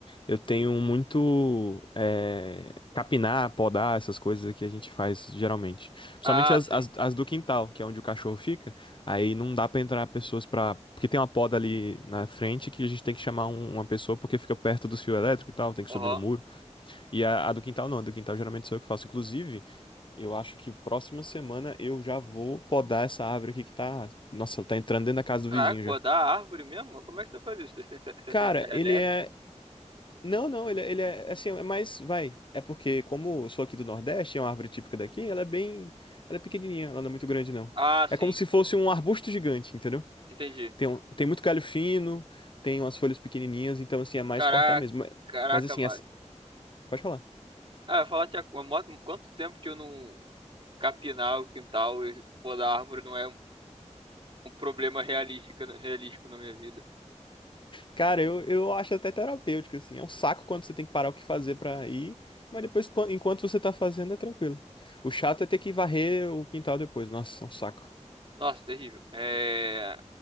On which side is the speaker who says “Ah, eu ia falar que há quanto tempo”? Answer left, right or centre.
Right